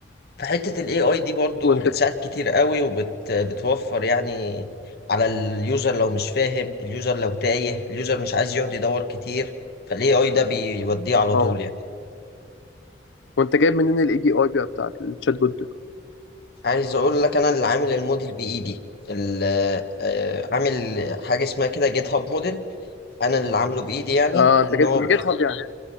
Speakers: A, on the left; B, on the left.
A: فحته الاي اي دي برضو
B: وانت
A: بتساعد كتير قوي وبت بتوفر يعني على اليوزر لو مش فاهم اليوزر لو تايه اليوزر مش عايز يقعد يدور كتير فالاي اي ده بيوديه على
B: طبعا
A: طول يعني
B: وانت جايب منين الاي بي اي بقى بتاعك التشات بوت ده؟
A: عايز اقول لك انا اللي عامل الموديل بايدي ال- آه، عامل حاجه اسمها كده جيت هاب موديل انا اللي عامله بايدي يعني
B: اه انت
A: ان
B: جبت
A: هو
B: من جيت هاب يعني